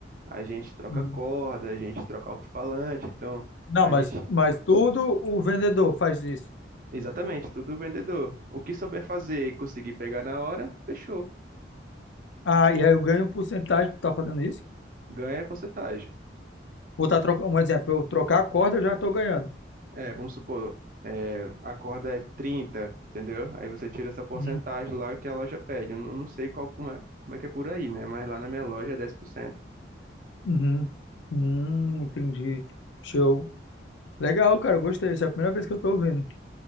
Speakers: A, on the right; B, on the left.
A: a gente troca
B: uhum.
A: corda, a gente troca alto-falante, então
B: Não,
A: a
B: mas,
A: gente,
B: mas tudo o vendedor faz isso.
A: exatamente, tudo vendedor. O que souber fazer e conseguir pegar na hora, fechou,
B: Ah, e aí eu ganho um porcentagem por estar fazendo isso.
A: ganha porcentagem.
B: Vou estar trocando, um exemplo, eu trocar a corda, eu já estou ganhando.
A: É, vamos supor, é, a corda é 30, entendeu? Aí você tira essa porcentagem
B: Uhum.
A: lá que a loja pede. Eu não, não sei qual, como é, como é que é por aí, né? Mas lá na minha loja é 10%.
B: Uhum. Hum, entendi. Show. Legal, cara, eu gostei. Essa é a primeira vez que eu estou ouvindo.